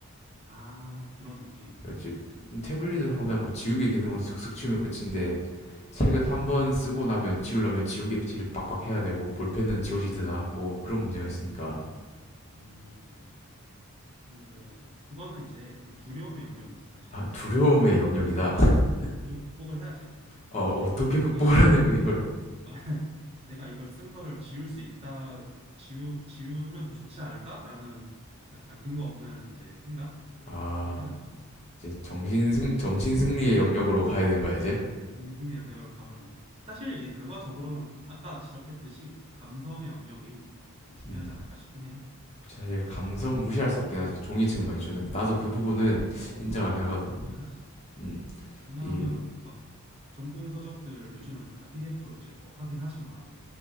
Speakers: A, on the right; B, on the left.
A: 아 그런 느낌.
B: 그렇지.
A: 음,
B: 태블릿을 하면 그냥 뭐 지우개 기능으로 슥슥 지우면 끝인데 책은
A: 그건
B: 한번
A: 그래 맞아.
B: 쓰고 나면 지우려면 지우개 질 빡빡 해야 되고 볼펜은 지워지지도
A: 음,
B: 않고 그런 문제가 있으니까
A: 음, 음. 그 그거는 이제 좀 두려움의 영역이지 사실.
B: 아, 두려움의 영역이다. <laughs>
A: 이걸 극복을 해야지. 약간
B: 어, 어떻게 극복하는
A: 시기를 막
B: 거야 이거를?
A: <laughs> 내가 이걸 쓴 거를 지울 수 있다, 지우 지우면 더 좋지 않을까라는 약간 근거 없는 이제 생각을
B: 아,
A: 극복을 해야 된다고.
B: 이제 정신승 정신승리의 영역으로 가야 되는 거야 이제?
A: 아, 이게 되게 승리 영역으로 가버리네. 사실 이제 결과적으로는 아까 지적했듯이 이제 감성의 영역이 좀 중요하지
B: 음,
A: 않을까 싶긴 해.
B: 사실 감성 무시할 수 없긴 하지. 종이책 많이 주는 나도 그 부분은 인정하긴 하거든.
A: 좀 동의를 하지.
B: 음,
A: 왜냐하면
B: 이,
A: 막 전공 서적들 요즘은 다 PDF로 이제 뭐 하긴 하지만